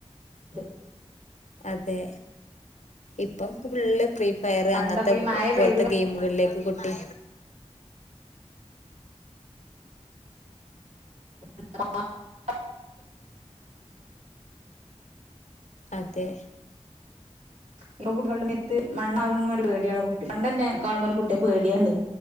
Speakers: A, on the right; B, on the left.
A: ത്
B: അതെ ഇപ്പം ഫ്രീ ഫയർ
A: പണ്ടൊക്കെ
B: അങ്ങനത്തെ
A: ഈ മഴ
B: പോലത്തെ
A: പെയ്ത്
B: ഗെയിമുകളിലേക്ക് കുട്ടി
A: <inaudible>
B: അതെ
A: ഇപ്പൊ കുട്ടികളുടെ മെത്ത് മണ്ണാകുന്ന ഒരു പേടിയാണ് മണ്ണ് തന്നെ കാണുമ്പോ ഒരു കുട്ടി പേടിയാണ്